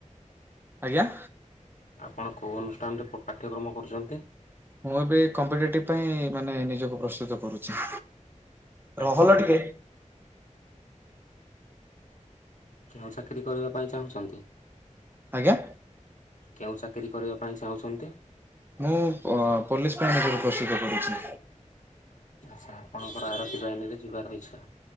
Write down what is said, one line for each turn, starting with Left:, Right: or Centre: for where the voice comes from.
Right: ଆଜ୍ଞା।
Left: ଆପଣ କୋଉ ଅନୁଷ୍ଠାନରେ ପାଠ୍ୟକ୍ରମ କରୁଛନ୍ତି?
Right: ମୁଁ ଏବେ କମ୍ପିଟେଟିଭ ପାଇଁ ମାନେ ନିଜକୁ ପ୍ରସ୍ତୁତ କରୁଛି।
Left: ଆଚ୍ଛା
Right: ରହଲୋ ଟିକେ।
Left: କେଉଁ ଚାକିରି କରିବା ପାଇଁ ଚାହୁଁଛନ୍ତି?
Right: ଆଜ୍ଞା।
Left: କେଉଁ ଚାକିରି କରିବା ପାଇଁ ଚାହୁଁଛନ୍ତି?
Right: ମୁଁ ପୋଲିସ ପାଇଁ ପ୍ରସ୍ତୁତ କରୁଛି।
Left: ଆଚ୍ଛା ଆପଣଙ୍କର ଆରତୀ ବାହିନିରେ ଯିବାର ଇଚ୍ଛା।